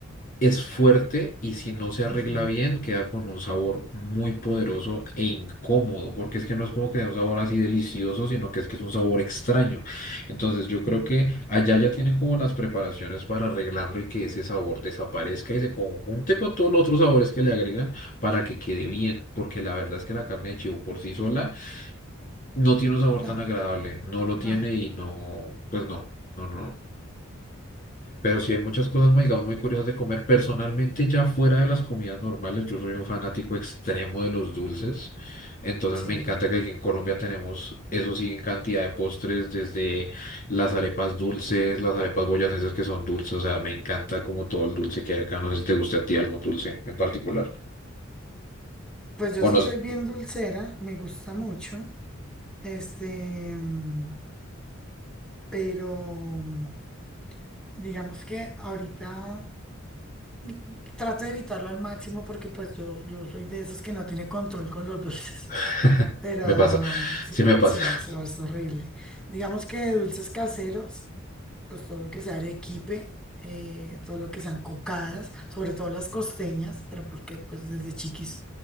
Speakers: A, on the left; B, in the centre.
A: Es fuerte y si no se arregla
B: Ujú.
A: bien, queda con un sabor muy poderoso e incómodo, porque es que no es como que sea un sabor así delicioso, sino que es que es un sabor extraño. Entonces yo creo
B: Mm.
A: que allá ya tienen como las preparaciones para arreglarlo y que ese sabor desaparezca y se conjunte con todos los otros sabores que le agregan para que quede bien, porque la verdad es que la carne de chivo por sí sola no tiene un sabor tan
B: No,
A: agradable, no lo
B: no,
A: tiene y no, pues no, no, no. Pero sí hay muchas cosas, muy, digamos, muy curiosas de comer. Personalmente, ya fuera de las comidas normales, yo soy un fanático extremo de los dulces. Entonces
B: sí.
A: me encanta que aquí en Colombia tenemos, eso sí, en cantidad de postres, desde las arepas dulces, las arepas boyacenses que son dulces. O sea, me encanta como todo el dulce que hay acá. No sé si te guste a ti algún dulce en particular.
B: Pues yo sí
A: O no
B: soy
A: sé.
B: bien dulcera, me gusta mucho. Este, mm, pero mm, digamos que ahorita mm, trato de evitarlo al máximo porque pues yo, yo soy de esos que no tiene control con los dulces.
A: <laughs>
B: Pero
A: Me pasa.
B: sí,
A: Sí me pasa.
B: sí, eso
A: <laughs>
B: es horrible. Digamos que de dulces caseros pues todo lo que sea arequipe, eh, todo lo que sean cocadas, sobre todo las costeñas, pero porque pues desde chiquis